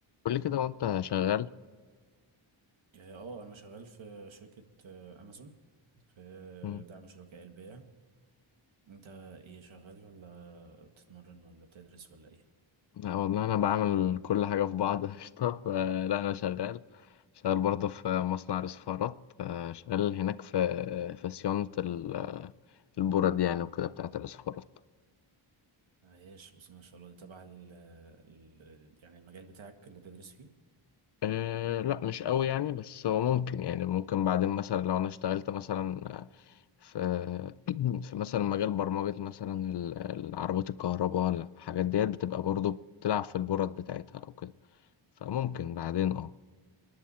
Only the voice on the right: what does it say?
اه آه، انا شغال في شركة آه، امازون في
دعم شركاء البيع انت ايه شغال ولا بتتمرن ولا بتدرس ولا ايه
عايش بس ما شاء الله ده تبع ال ال- يعني المجال بتاعك اللي بتدرس فيه
مم.